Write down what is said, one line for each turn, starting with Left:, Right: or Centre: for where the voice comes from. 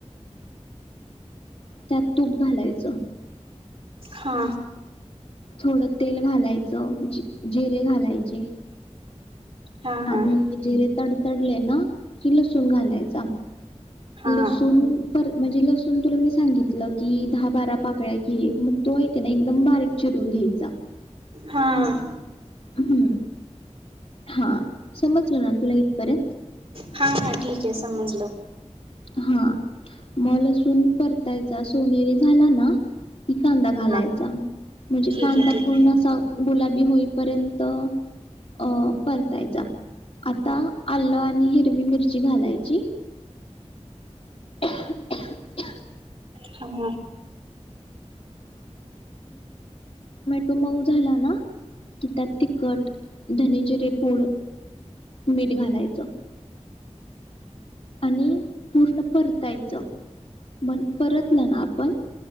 Left: त्यात तूप घालायचं
Right: हा
Left: थोड तेल घालायचं जिरे घालायचे
Right: हा
Left: आणि
Right: हा
Left: जिरे तड तडले ना कि लसूूण घालायचा
Right: हा
Left: लिसून म्हणजे लसून तुला मी सांगितलं की दहा बारा पाकळ्या घे मग तो ऐक है ना एकदम बारीक चिरून घ्यायचा
Right: हां
Left: हम्म हा समजलं ना तुला इथपर्यंत
Right: हा हा ठीक आहे समजलं
Left: हांअ् म लसून परतायचा सोनेरी झाला ना! कि कांदा घालायचा
Right: हा
Left: म्हणजे
Right: ठीक
Left: कांदा
Right: आहे ठीक
Left: पूर्ण
Right: आहे
Left: असा गुलाबी होईपर्यंत अ अ परतायचा आता आलं आणि हिरवी मिरची घालायची. <unintelligible>
Right: थांब हा
Left: तो मऊ झाला ना की त्यात तिखट धने जीरे पूड मीठ घालायचं. आणि पूर्ण परतायचं मण परतलं ना आपण